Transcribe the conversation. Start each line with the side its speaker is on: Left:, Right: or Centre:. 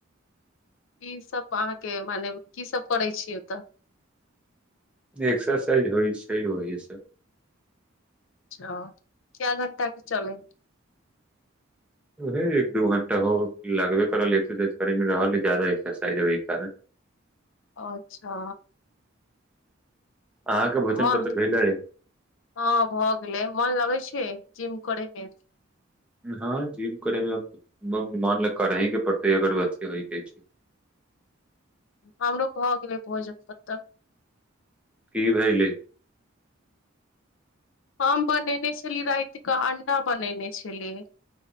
Left: की सब अहाँके मने, की सब करै छीयै ओतऽ।
Centre: एक्सरसाइज होइ छै ओहि से।
Left: अच्छा कय घंटा के चलय छै।
Centre: ऊहे एक दू घण्टा हो लगबे करल एक्सरसाइज करय मे रहल ज्यादा एक्सरसाइज ओहि कारण।
Left: अच्छा।
Centre: अहाँके
Left: तऽ
Centre: भोजन
Left: मन
Centre: पत्तर भेलै।
Left: हँ भऽ गेलै, मोन लगै छै जिम करैमे।
Centre: हँ जिम करे मे मन करही के पड़तै अगर बचके रहि के छै।
Left: हमरो भए गेलै भोजन पत्तर।
Centre: की भेलै।
Left: हम बनेने छलीय राति कऽ अंडा बनेने छलियै।